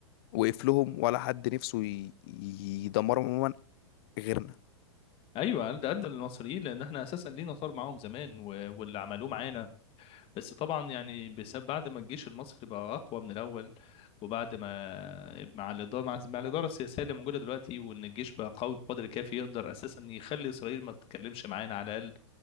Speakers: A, on the left; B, on the left.
A: وقف لهم ولا حد نفسه ي- يدمرهم عموما غيرنا
B: ايوه قد قد المصريين لان احنا اساسا لينا طار معاهم زمان و... واللي عملوه معانا بس طبعا يعني بسبب بعد ما الجيش المصري بقى اقوى من الاول وبعد ما مع الاداره مع, مع الاداره السياسيه اللي موجوده دلوقتي وان الجيش بقى قوي بقدر كافي يقدر اساسا يخلي اسرائيل ما تتكلمش معانا على الاقل